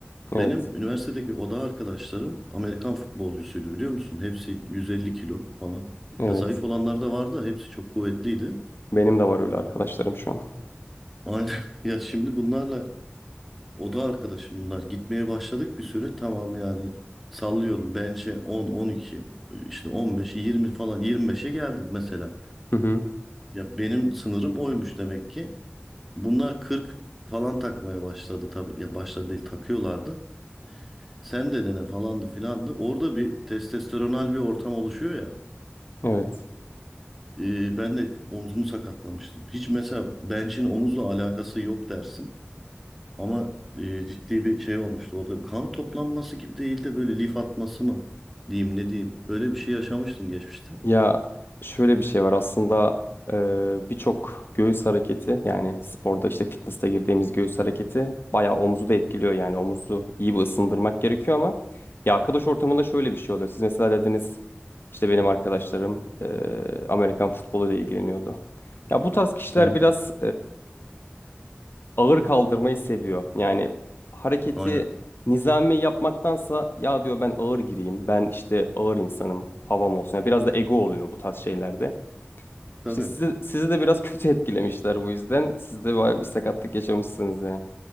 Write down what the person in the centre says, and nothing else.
Benim
üniversitedeki oda arkadaşlarım Amerikan futbolcusuydu biliyor musun? Hepsi 150 kilo falan.
Ya zayıf olanlar da vardı, hepsi çok kuvvetliydi.
Aynen. <laughs> Ya şimdi bunlarla Oda arkadaşım bunlar. Gitmeye başladık bir süre. Tamam yani sallıyorum. Bench'e 10, 12, işte 15, 20 falan 25'e geldim mesela.
Ya benim sınırım oymuş demek ki. Bunlar 40 falan takmaya başladı tabii. Ya başladı değil takıyorlardı. Sen de dene falandı filandı. Orada bir testosteronal bir ortam oluşuyor ya.
Ee, ben de omzumu sakatlamıştım. Hiç mesela bench'in omuzla alakası yok dersin. Ama e, ciddi bir şey olmuştu. Orada kan toplanması gibi değil de böyle lif atması mı diyeyim ne diyeyim. Böyle bir şey yaşamıştım geçmişte.
Hı hı.
Aynen.
Tabii.